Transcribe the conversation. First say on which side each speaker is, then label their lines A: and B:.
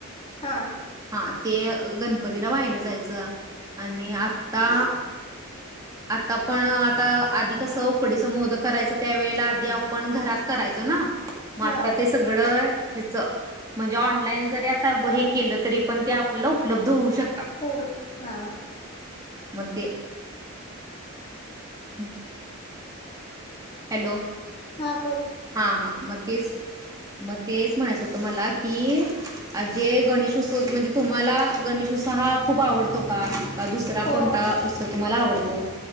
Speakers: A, on the left; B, on the right.
A: हा
B: हां, ते गणपतीला व्हाइट जायचं आणि आता आता पण आता आधी कसं उकडीचं मोदकं करायचं त्या वेळेला आधी आपण घरात करायचो ना? म आता
A: हा
B: ते सगळं हेचं म्हणजे ऑनलाईन ज आता
A: अ
B: हे केलं तरी पण ते आ उपलब्ध होऊ शक
A: होय हा
B: म ते हम हॅलो
A: हा बोल
B: हा हा मग तेच मग तेच म्हणायचं होतं मला की जे गणेशोत्सव म्हणजे तुम्हाला गणेशोत्सव हा खूप आवड का दुसरा
A: हो
B: कोणता तुम्हाला आवड तो